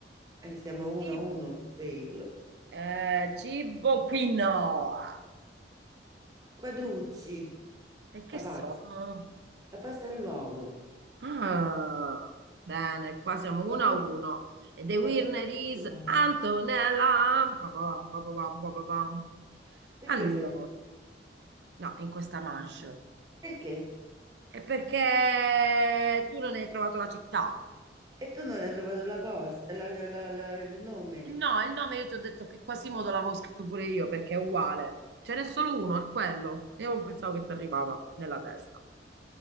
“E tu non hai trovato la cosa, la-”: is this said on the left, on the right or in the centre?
Right